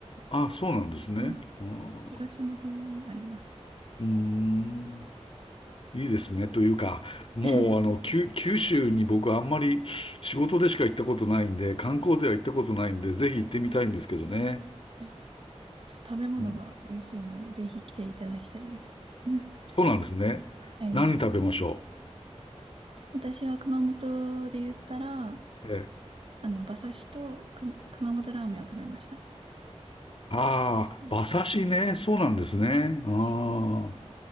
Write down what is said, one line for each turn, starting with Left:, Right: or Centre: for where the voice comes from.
Left: ああ、そうなんですね。
Right: うん。
Left: うん、
Right: 東の方にあります。
Left: うーんいいですね。というか、もう、
Right: <laughs>
Left: あの、九、九州に僕はあんまり仕事でしか行ったことないんで、観光では行ったことないんで、ぜひ行ってみたいんですけどね。
Right: うんはいちょっと食べ物が美味しいので、
Left: うん、
Right: ぜひ来ていただきたいです。うん
Left: そうなんですね。
Right: はい。
Left: 何食べましょ
Right: 私は熊本で言ったら、
Left: う。ええ
Right: あの、馬刺しとく熊本ラーメンを食べました。
Left: ああ、
Right: うん
Left: 馬刺しね。そうなんですね。ああ、
Right: はい。